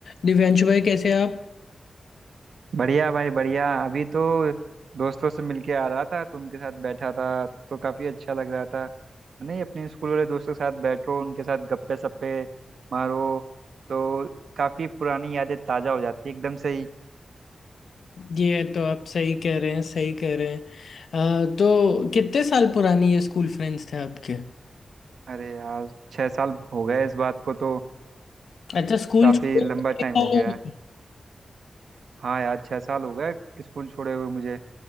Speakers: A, on the left; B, on the right.
A: दिव्यांशु भाई कैसे आप
B: बढ़िया भाई बढ़िया अभी तो दोस्तों से मिलके आ रहा था तो उनके साथ बैठा था तो काफी अच्छा लग रहा था नहीं अपने स्कूल वाले दोस्तों के साथ बैठो उनके साथ गप्पे सप्पे मारो तो काफी पुरानी यादें ताजा हो जाती है एकदम से ही
A: ये तो आप सही कह रहे हैं सही कह रहे हैं अ, तो कितने साल पुरानी ये स्कूल फ्रेंड्स थे आपके
B: अरे यार छह साल हो गए इस बात को तो
A: अच्छा स्कूल
B: काफी
A: छोड़े
B: लंबा
A: कितने साल
B: टाइम हो गया
A: हो गए?
B: है हाँ यार छह साल हो गए स्कूल छोड़े हुए मुझे